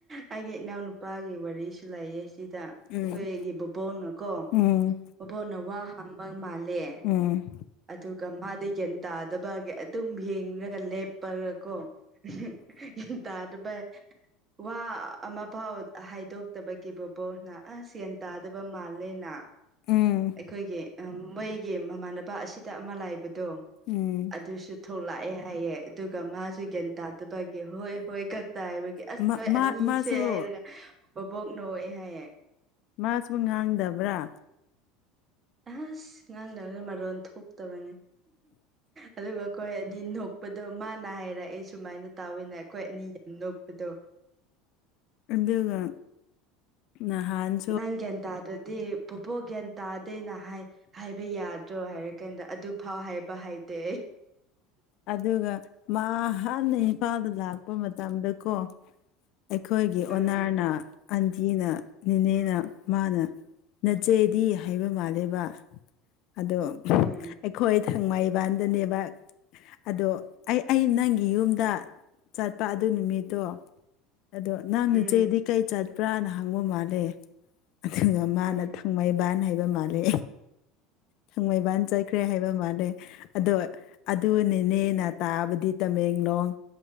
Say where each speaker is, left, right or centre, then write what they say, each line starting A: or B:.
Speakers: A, on the right (about 30°); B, on the left (about 55°).
A: ꯑꯩꯒꯤ ꯏꯅꯥꯎꯅꯨꯄꯥꯒꯤ ꯋꯥꯔꯤꯁꯨ ꯂꯩꯌꯦ ꯁꯤꯗ ꯑꯩꯈꯣꯏꯒꯤ
B: ꯎꯝ
A: ꯕꯣꯕꯣꯛꯅ ꯀꯣ
B: ꯎꯝ
A: ꯕꯣꯕꯣꯅ ꯋꯥ ꯍꯪꯕꯥ ꯃꯥꯜꯂꯦ
B: ꯎꯝ
A: ꯑꯗꯨꯒ ꯃꯥꯗꯤ ꯒ꯭ꯌꯥꯟ ꯇꯥꯗꯕꯒꯤ ꯑꯗꯨꯝ ꯌꯦꯡꯂꯒ ꯂꯦꯞꯄꯔꯥꯀꯣ <unintelligible> ꯇꯥꯗꯕꯩ ꯋꯥ ꯑꯃꯐꯥꯎ ꯍꯥꯏꯗꯣꯛꯇꯕꯒꯤ ꯕꯣꯕꯣꯅ ꯑꯁ ꯌꯟ ꯇꯥꯗꯕ ꯃꯥꯜꯂꯦꯅ
B: ꯎꯝ
A: ꯑꯩꯈꯣꯏꯒꯤ ꯃꯣꯏꯒꯤ ꯃꯃꯥꯟꯅꯕ ꯑꯁꯤꯗ ꯑꯃ ꯂꯥꯏꯕꯗꯣ
B: ꯎꯝ
A: ꯑꯗꯨꯁꯨ ꯊꯣꯛꯂꯛꯑꯦ ꯍꯥꯏꯌꯦ ꯑꯗꯨꯒ ꯃꯥꯁꯨ ꯒ꯭ꯌꯥꯟ ꯇꯥꯗꯕꯩ ꯀꯦ ꯍꯣꯏ ꯍꯣꯏ ꯀꯛꯇ ꯍꯥꯏꯕꯒꯤ ꯑꯁ
B: ꯃꯥ
A: ꯅꯣꯏ
B: ꯃꯥ
A: ꯑꯅꯤꯁꯦ
B: ꯃꯥꯁꯨ
A: ꯍꯥꯏꯔꯒ ꯕꯕꯣꯛ ꯅꯣꯛꯑꯦ ꯍꯥꯏꯌꯦ
B: ꯃꯥꯁꯨ ꯉꯥꯡꯗꯕ꯭ꯔꯥ꯫
A: ꯑꯁ ꯉꯥꯡꯗꯕꯅ ꯃꯔꯣꯟ ꯊꯣꯛꯇꯕꯅꯤ ꯑꯗꯨꯒ ꯑꯩꯈꯣꯏ ꯑꯅꯤ ꯅꯣꯛꯄꯗꯣ ꯃꯥꯅ ꯍꯥꯏꯔꯛꯑꯦ ꯁꯨꯃꯥꯏꯅ ꯇꯧꯋꯩꯅ ꯑꯩꯈꯣꯏ ꯑꯅꯤ ꯑ ꯅꯣꯛꯄꯗꯣ꯫
B: ꯑꯗꯨꯒ__ ꯅꯍꯥꯟ
A: ꯅꯪ ꯒ꯭ꯌꯥꯟ ꯇꯥꯗꯗꯤ ꯕꯣꯕꯣ ꯒ꯭ꯌꯥꯟ ꯇꯥꯗꯦꯅ ꯍꯥꯏ ꯍꯥꯏꯕ ꯌꯥꯗ__ ꯗꯣ ꯍꯥꯏꯔꯀꯥꯟꯗ ꯑꯗꯨ ꯐꯥꯎ ꯍꯥꯏꯕ ꯍꯥꯏꯇꯦ
B: ꯑꯗꯨꯒ ꯃꯥ ꯍꯥꯟꯅ ꯏꯝꯄꯥꯜꯗ ꯂꯥꯛꯄ ꯃꯇꯝꯗꯀꯣ__ ꯑꯩꯈꯣꯏꯒꯤ ꯑꯣꯅꯔꯅ
A: ꯎꯝ
B: ꯑꯟꯗꯤꯅ ꯅꯦꯅꯦꯅꯥ
A: ꯎꯝ
B: ꯃꯥꯅ ꯅꯆꯦꯗꯤ ꯍꯥꯏꯕ ꯃꯂꯦꯕ ꯑꯗꯣ__
A: ꯎꯝ꯫
B: ꯑꯩꯈꯣꯏ ꯊꯥꯡꯃꯥꯏꯕꯥꯟꯗꯅꯦꯕ ꯑꯗꯣ ꯑꯩ ꯑꯩ ꯅꯪꯒꯤ ꯌꯨꯝꯗ ꯆꯠꯄ ꯑꯗꯨ ꯅꯨꯃꯤꯠꯇꯣ ꯑꯗꯣ__ ꯅꯪ
A: ꯎꯝ
B: ꯅꯆꯦꯗꯤ ꯀꯩ ꯆꯠꯄ꯭ꯔꯥꯅ ꯍꯪꯕ ꯃꯥꯜꯂꯦ ꯑꯗꯨꯒ ꯃꯥꯅ
A: ꯎꯝ
B: ꯊꯥꯡꯃꯩ__ ꯕꯥꯟ ꯍꯥꯏꯕ ꯃꯥꯜꯂꯦ ꯊꯥꯡꯃꯩꯕꯥꯟ ꯆꯥꯏꯈ꯭ꯔꯦ ꯍꯥꯏꯕ ꯃꯥꯂꯦ꯫ ꯑꯗꯣ ꯑꯗꯨ ꯅꯤꯅꯦꯅ ꯇꯥꯕꯗꯤ ꯇꯃꯦꯡꯂꯣꯡ